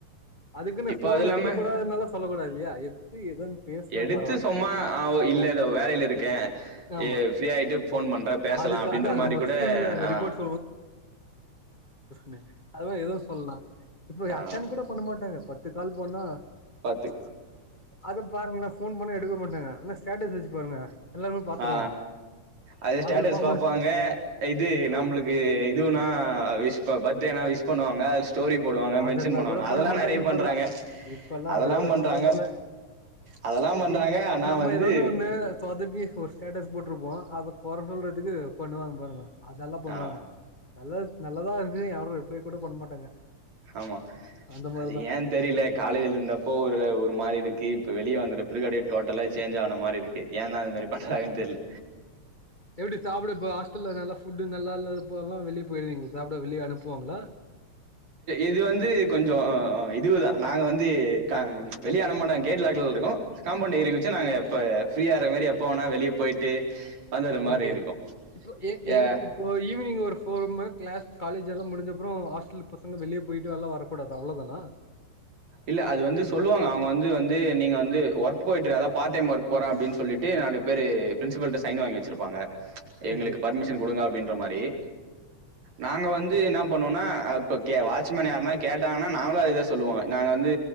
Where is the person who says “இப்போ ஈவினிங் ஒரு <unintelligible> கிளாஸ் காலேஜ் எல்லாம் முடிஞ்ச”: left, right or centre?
Left